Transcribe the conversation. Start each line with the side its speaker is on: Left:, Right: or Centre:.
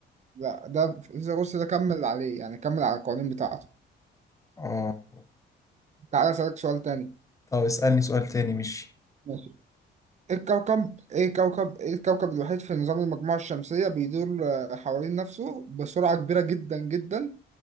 Right: لا ده فيثاغورس ده كمل عليه يعني كمل على القوانين بتاعته
Left: اه
Right: تعالى أسألك سؤال تاني
Left: طب اسألني سؤال تاني مش
Right: ماشي ايه الكوكب ايه الكوكب ايه الكوكب الوحيد في نظام المجموعة الشمسية بيدور آه، حوالين نفسه بسرعة كبيرة جدا جدا